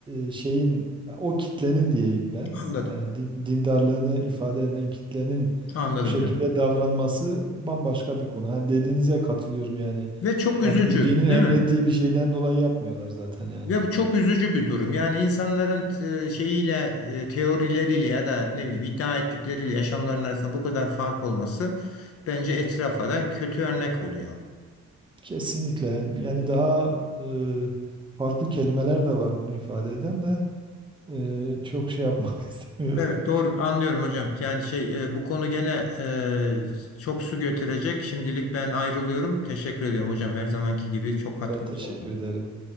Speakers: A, on the right (about 15°); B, on the left (about 50°).
A: e, şeyin o kitlenin diyeyim ben.
B: Anladım.
A: Yani din- dindarlığını ifade eden kitlenin
B: Anladım
A: bu şekilde
B: hocam.
A: davranması bambaşka bir konu. Hani dediğinize katılıyorum yani.
B: Ve çok üzücü,
A: Yani bu dinin emrettiği
B: değil mi?
A: bir şeyden dolayı yapmıyorlar zaten yani.
B: Ve bu çok üzücü bir durum. Yani insanların e, şeyiyle, e, teorileriyle ya da ne bileyim iddia ettikleriyle yaşamların arasında bu kadar fark olması bence etrafa da kötü örnek oluyor.
A: Kesinlikle. Yani daha e, farklı kelimeler de var bunu ifade eden de e, çok şey yapmak <laughs> istemiyorum.
B: Evet doğru anlıyorum hocam. Yani şey e, bu konu gene e, çok su götürecek. Şimdilik ben ayrılıyorum. Teşekkür ediyorum hocam. Her zamanki gibi çok katkınız
A: Ben teşekkür
B: oldu.
A: ederim.